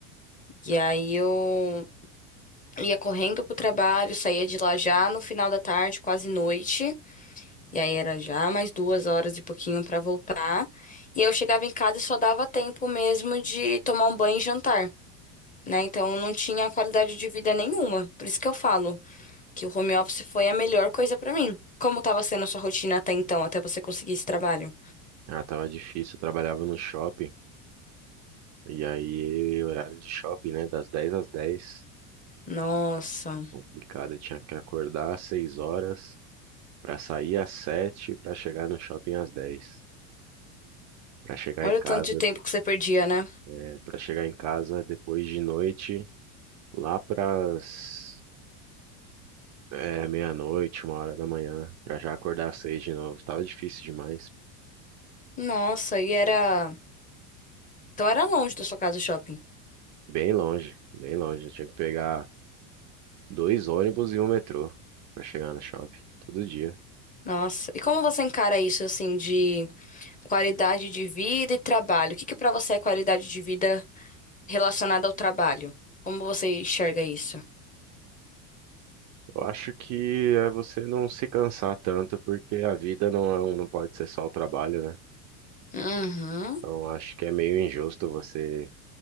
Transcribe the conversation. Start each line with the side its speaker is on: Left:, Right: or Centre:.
Left: E aí eu ia correndo pro trabalho, saía de lá já no final da tarde, quase noite. E aí era já mais duas horas e pouquinho pra voltar. E aí eu chegava em casa e só dava tempo mesmo de tomar um banho e jantar, né? Então eu não tinha qualidade de vida nenhuma. Por isso que eu falo que o home office foi a melhor coisa pra mim. Como tava sendo a sua rotina até então, até você conseguir esse trabalho?
Right: Ah, tava difícil, eu trabalhava no shopping. E aí, horário de shopping, né? Das 10 às 10.
Left: Nossa.
Right: Complicado, eu tinha que acordar às 6 horas pra sair às 7 pra chegar no shopping às dez Pra chegar
Left: Olha
Right: em casa,
Left: o tanto de tempo que você perdia, né?
Right: é, para chegar em casa depois de noite, lá pras é, meia-noite, uma hora da manhã, pra já acordar às 6 de novo. Tava difícil demais.
Left: Nossa, e era. Então era longe da sua casa o shopping.
Right: Bem longe, bem longe. Eu tinha que pegar dois ônibus e um metrô pra chegar no shopping todo dia.
Left: Nossa, e como você encara isso, assim, de qualidade de vida e trabalho? O que que pra você é qualidade de vida relacionada ao trabalho? Como você enxerga isso?
Right: Eu acho que é você não se cansar tanto, porque a vida não, é um- não pode ser só o trabalho, né?
Left: Uhum,
Right: Então, acho que é meio injusto você